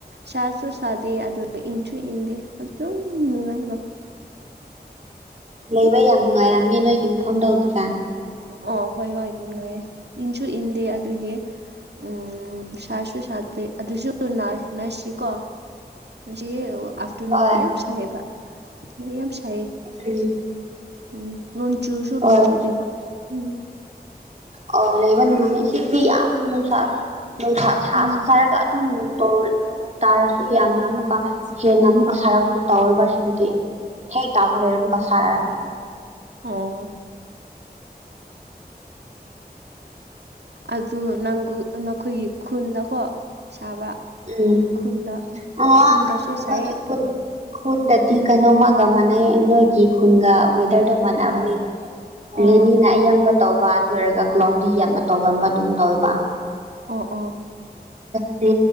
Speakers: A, on the right (about 85°); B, on the right (about 45°).
A: ꯁꯥꯁꯨꯁꯨ ꯁꯥꯗꯦ ꯑꯗꯨꯟꯁꯨ ꯏꯗꯦ ꯑꯗꯨꯝ ꯅꯨꯡꯉꯥꯏꯕ
B: ꯂꯩꯕ ꯌꯥꯝ ꯅꯨꯡꯉꯥꯏꯔꯝꯅꯦ ꯅꯣꯏꯒꯤ ꯃꯐꯝꯗꯣ ꯍꯧꯖꯤꯛꯀꯥꯟ
A: ꯑꯣ ꯍꯣꯏ ꯍꯣꯏ ꯑꯗꯨꯉꯥꯏꯌꯦꯦ ꯏꯟꯁꯨ ꯏꯟꯗꯦ ꯑꯗꯨꯒꯤ ꯎꯝ ꯁꯥꯁꯨ ꯁꯥꯗꯦ ꯑꯗꯨꯁꯨ ꯅꯁꯤꯀꯣ ꯃꯁꯤ ꯑꯐꯇꯔꯅꯟ
B: ꯍꯣꯏ
A: ꯂꯩ ꯌꯥꯝ ꯁꯥꯍꯦꯕꯥꯛ ꯅ ꯌꯥꯝ ꯁꯥꯏꯌꯦ
B: ꯎꯝ
A: ꯎꯝ ꯂꯣꯟꯆꯨꯁꯨ
B: ꯍꯣꯏ
A: ꯂꯣꯟ ꯆꯨꯗꯦꯕ ꯎꯝ
B: ꯑꯣ ꯂꯩꯕ ꯅꯨꯡꯉꯥꯏ ꯁꯤꯁꯤ ꯌꯥꯝ ꯅꯨꯡꯁꯥ ꯅꯨꯡꯁꯥ
A: ꯎꯝ
B: ꯁꯥ ꯁꯥꯔꯒ ꯑꯗꯨꯝ ꯅꯣꯡ ꯇꯥꯔꯁꯨ ꯌꯥꯝꯅ ꯑꯃꯨꯛꯀ ꯍꯦꯟꯅ ꯑꯃꯨꯛꯀ ꯁꯥꯔꯛꯄꯗ ꯇꯧꯋꯦꯕ ꯁꯤꯗꯗꯤ ꯍꯦ ꯇꯥꯕ ꯂꯩꯔꯝꯒ ꯁꯥꯔꯥꯅꯤ
A: ꯑꯥ ꯑꯗꯨ ꯅꯪ ꯅꯈꯣꯏꯒꯤ ꯈꯨꯟꯗꯀꯣ ꯁꯥꯕ꯭ꯔꯥ
B: ꯎꯝ
A: ꯈꯨꯟꯗ
B: ꯑꯣ
A: ꯈꯨꯟꯗꯁꯨ ꯁꯥꯏꯌꯦ
B: ꯈꯨꯟꯗꯗꯤ ꯀꯩꯅꯣꯝꯃꯒ ꯃꯥꯟꯅꯩ ꯅꯣꯏꯒꯤ ꯈꯨꯟꯒ ꯋꯦꯗꯔꯗꯣ ꯃꯥꯟꯅꯕꯅꯦ
A: ꯑꯣ
B: ꯔꯦꯅꯤꯅ ꯑꯌꯥꯝꯕ ꯇꯧꯕ ꯑꯗꯨ ꯑꯣꯏꯔꯒ ꯀ꯭ꯂꯥꯎꯗꯤ ꯌꯥꯝꯅ ꯇꯧꯒꯟꯕ ꯑꯗꯨꯝ ꯇꯧꯋꯦꯕ
A: ꯑ ꯑ
B: ꯎ